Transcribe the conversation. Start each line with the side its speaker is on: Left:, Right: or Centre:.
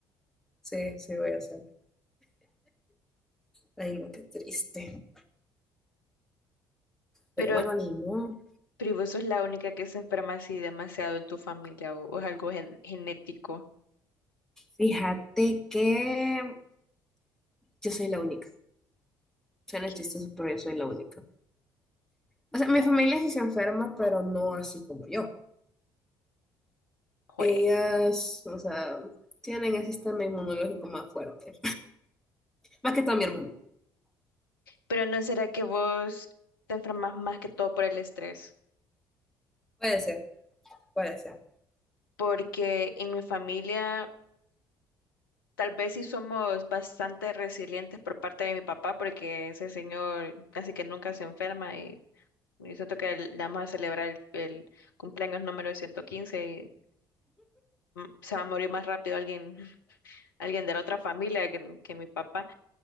Centre: Sí, sí voy a ser. Ay, no, qué triste. Pero
Left: Pero,
Centre: bueno, ni modo.
Left: pero vos sos la única que se enferma así demasiado en tu familia o, o es algo gen- genético.
Centre: Fíjate que yo soy la única. Suena
Left: Que,
Centre: chistoso, pero yo soy la única. O sea, mi familia sí se enferma, pero no así como yo.
Left: jue-
Centre: Ellas, o sea, tienen el sistema inmunológico más fuerte. Más que todo mi hermano.
Left: Pero no será que vos te enfermas más que todo por el estrés,
Centre: Puede ser, puede ser.
Left: porque en mi familia Tal vez sí somos bastante resilientes por parte de mi papá, porque ese señor casi que nunca se enferma y yo siento que el- le vamos a celebrar el, el cumpleaños número 115 y mm, se va a morir más rápido alguien, <laughs> alguien de la otra familia que, que mi papá